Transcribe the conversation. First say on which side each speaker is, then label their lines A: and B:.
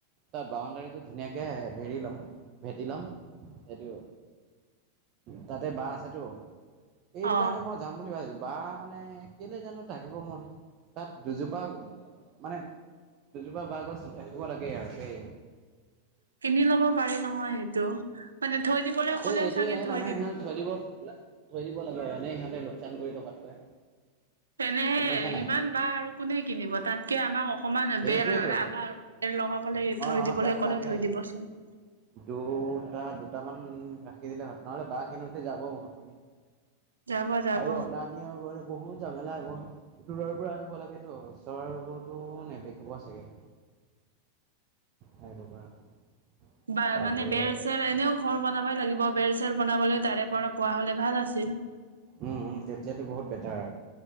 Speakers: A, on the right; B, on the right.
A: তাত বাউণ্ডাৰী টো ধুনীয়াকৈ ভেৰি ল'ম ভেটি ল'ম এইেটো তাতে বাঁহ আছে তো এইটো
B: অ
A: কাৰণে মই যাম বুলি ভাবিছো বা মানে কেলে জানো থাকিব মন তাত দুজোপা মানে দুজোপা বাহ গছ ৰাখিব লাগে আৰু দেই
B: কিনি লব পাৰি নহয় সেইটো মানে থৈ দিবলৈ ক'লেও
A: এ এইটোৱে
B: চাগে থৈ
A: মানে সিহঁত থৈ দিব থৈ দিব লাগে এনে সিহঁতে লোকচান কৰি থকাতকৈ
B: তেনেহে
A: গম পাইছা
B: সিমান
A: নাই
B: বাহ আৰু কোনে কিনিব তাতকে আমাক অক মান
A: সেইটোৱেইটো
B: বেৰ আমাৰ বেৰ লগাব লাগে
A: অ
B: থৈ দিবলৈ
A: তাত
B: ক'লে
A: লাগে।
B: থৈ দিবচোন
A: দুটা দুটামান ৰাখি দিলে হ নহলে বাহঁ কিনোতে যাব বহুতখিনি
B: যাব যাব
A: আৰু অনা নিয়া গৈ বহুত জামেলা এইবোৰ দূৰৰ পৰা আনিব লাগেতো ওচৰবোৰতো নে বিক্ৰী চাগে
B: <inaudible>
A: সেইটো কাৰণে
B: বা
A: বাটো
B: মানে বেৰ চেৰ এনেও ঘৰ বনাবই লাগিব বেৰ চেৰ বনাবলৈ তাৰে পৰা পোৱা হলে ভাল আছিল
A: উম তেতিয়াতো বহুত বেটাৰ